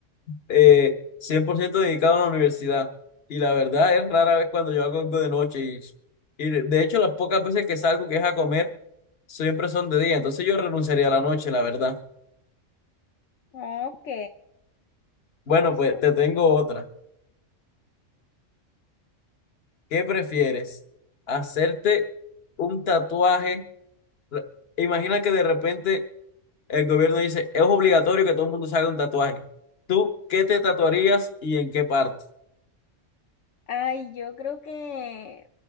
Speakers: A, on the left (about 55°); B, on the left (about 75°).
A: eh, 100% dedicado a la universidad. Y la verdad es rara vez cuando yo hago algo de noche. Y, y de de hecho, las pocas veces que salgo, que es a comer, siempre son de día. Entonces yo renunciaría a la noche, la verdad.
B: Ok,
A: Bueno,
B: sí.
A: pues te tengo otra. ¿Qué prefieres? ¿Hacerte un tatuaje? re- Imagina que de repente el gobierno dice, es obligatorio que todo el mundo se haga un tatuaje. ¿Tú qué te tatuarías y en qué parte?
B: Ay, yo creo que,